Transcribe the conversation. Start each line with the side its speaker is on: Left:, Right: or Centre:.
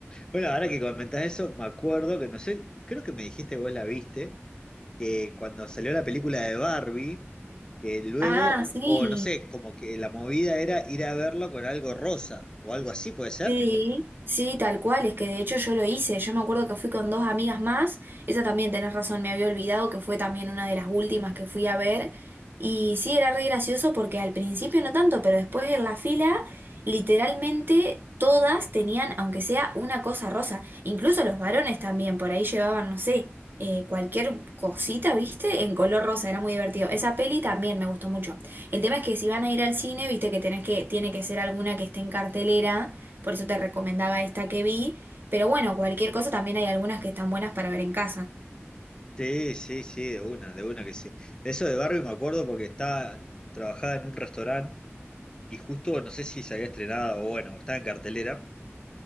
Left: Bueno, ahora que comentás eso, me acuerdo que no sé, creo que me dijiste vos la viste. que cuando salió la película de Barbie, que luego,
Right: Ah, sí.
Left: o no sé, como que la movida era ir a verlo con algo rosa o algo así, ¿puede ser?
Right: Sí, sí, tal cual, es que de hecho yo lo hice, yo me acuerdo que fui con dos amigas más, esa también tenés razón, me había olvidado que fue también una de las últimas que fui a ver, y sí, era re gracioso porque al principio no tanto, pero después en la fila, literalmente todas tenían, aunque sea una cosa rosa, incluso los varones también, por ahí llevaban, no sé, eh, cualquier cosita, ¿viste? En color rosa, era muy divertido. Esa peli también me gustó mucho. El tema es que si van a ir al cine, viste que tenés que, tiene que ser alguna que esté en cartelera por eso te recomendaba esta que vi. Pero bueno, cualquier cosa también hay algunas que están buenas para ver en casa.
Left: Sí, sí, sí, de una, de una que sí. Eso de Barbie me acuerdo porque estaba, trabajaba en un restaurante y justo, no sé si se había estrenado o bueno, o estaba en cartelera,